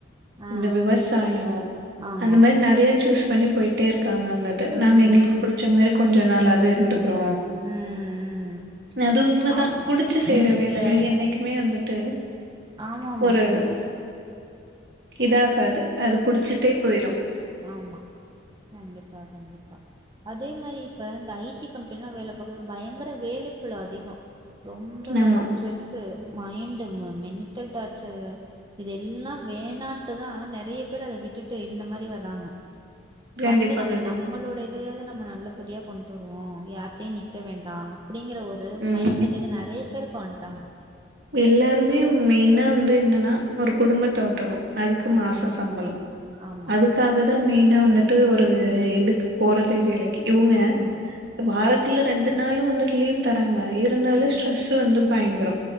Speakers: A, on the right; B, on the right.
A: ஆ
B: இந்த விவசாயோ
A: ஆமா
B: அந்த மாரி நெறைய சூஸ் பண்ணி போயிட்டேருக்காங்க வந்துட்டு
A: ம்
B: நாங்க எங்களுக்கு
A: ம்
B: புடிச்ச மாரி கொஞ்ச நாளாது இருந்து ப்றொ
A: ம் ம்
B: அது உண்மதா
A: ஆமா
B: புடிச்சு செய்ற வேல என்னை ட்டுமே வந்துட்டு
A: ஆமாமா
B: ஒரு
A: கண்டிப்பா
B: இதாகாது அது புடிச்சுட்டே போயிரு
A: ஆமா கண்டிப்பா கண்டிப்பா அதே மாரி ப்ப இந்த ஐ டி கம்பெனிலா வேல பாக்கது பயங்கர வேலைப்பழு அதிகோ ரொம்ப
B: ஆமா.
A: ஸ்ட்ரெஸ் து மைண்டு ம மென்ட்டல் டார்ச்சரு இது எல்லா வேணான்ட்டுதா நெறைய பேர் அத விட்டுட்டு இந்த மாரி வர ராங்க
B: கண்டிப்பா,
A: வந்து நம்ம
B: கண்டிப்பா.
A: நம்மளுடை இதையாது நம்ம நல்லபடியா கொண்டு வருவோ யார்ட்டையு நிக்க வேண்டா அப்டிங்கிற ஒரு
B: ம்.
A: மைண்ட் செட்டுக்கு நெறைய பேர் இப்ப வண்ட்டாங்க.
B: எல்லாருமே மெயினா வந்து என்னனா ஒரு குடும்பத்த ஓட்டணு அதுக்கு மாச சம்பளோ
A: ஆமா
B: அதுக்காகதா மெயினா வந்துட்டு ஒரு இதுக்கு போறதே வேலைக்கு இவுங்க
A: ஆ
B: வாரத் துல ரெண்டு நாளு வந்து லீவ் தராங்க இருந்தாலு ஸ்ட்ரெஸ் வந்து பயங்கரொ